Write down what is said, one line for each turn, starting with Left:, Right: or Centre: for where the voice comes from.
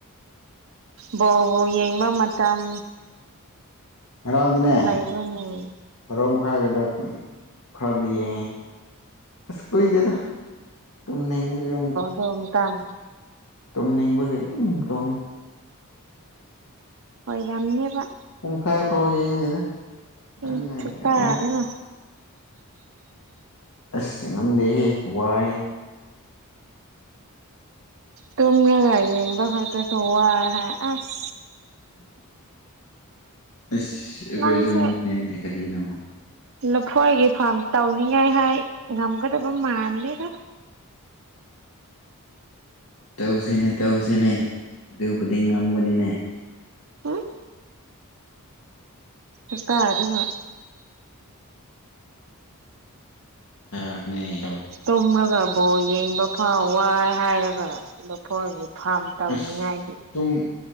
Right: ꯕꯣꯜꯕꯨ ꯌꯦꯡꯕ ꯃꯇꯝ
Left: ꯉꯔꯥꯡꯗꯤꯅꯦ
Right: ꯂꯩꯕ꯭ꯔꯅꯦ
Left: ꯚꯔꯣ ꯃꯈꯥꯏꯒꯤꯗꯣ ꯈꯔꯕꯨ ꯌꯦꯡꯉꯦ ꯑꯁ ꯀꯨꯏꯗꯦꯗ ꯇꯨꯝꯅꯤꯡꯕꯒꯤ ꯑꯃꯨꯛ
Right: ꯕꯣꯜ ꯃꯇꯝ
Left: ꯇꯨꯝꯅꯤꯡꯕꯒꯤ ꯑꯗꯨꯝ ꯇꯨꯝꯃꯦ
Right: ꯑꯣꯏꯔꯝꯅꯦꯕ
Left: ꯄꯨꯡꯈꯥꯏ ꯐꯥꯎ ꯌꯦꯡꯗꯦꯗ <unintelligible>
Right: ꯎꯝ ꯈꯨꯇꯥꯗꯤꯉꯣ
Left: ꯑꯁ ꯉꯝꯗꯦꯍꯦ ꯋꯥꯏꯌꯦ
Right: ꯇꯨꯝꯂꯒ ꯌꯦꯡꯕꯈꯛꯇꯖꯨ ꯋꯥꯏ ꯍꯥꯏ ꯑꯁ
Left: ꯑꯁ ꯑꯩꯈꯣꯏꯁꯨ
Right: ꯅꯪꯁꯦ
Left: ꯃꯤꯅꯤꯅꯦ ꯀꯔꯤꯅꯣ
Right: ꯂꯐꯣꯏꯒꯤ ꯐꯥꯔꯝ ꯇꯧꯅꯤꯡꯉꯥꯏ ꯍꯥꯏ ꯉꯝꯒꯗꯕ ꯃꯥꯟꯗ‌ꯦꯗ
Left: ꯇꯧꯁꯤꯅꯦ ꯇꯧꯁꯤꯅꯦ ꯑꯗꯨꯕꯨꯗꯤ ꯉꯝꯒꯅꯤꯅꯦ
Right: ꯎꯝ ꯁꯛꯇꯥꯗꯨꯒ
Left: ꯊꯥꯕꯅꯦ
Right: ꯇꯨꯝꯔꯒ ꯕꯣꯟ ꯌꯦꯡꯕ ꯐꯥꯎ ꯋꯥꯏ ꯍꯥꯏꯔꯒ ꯂꯐ‌ꯣꯏꯒꯤ ꯐꯥꯔꯝ ꯇꯧꯅꯤꯉꯥꯏꯗꯤ
Left: ꯑꯁ ꯇꯨꯝ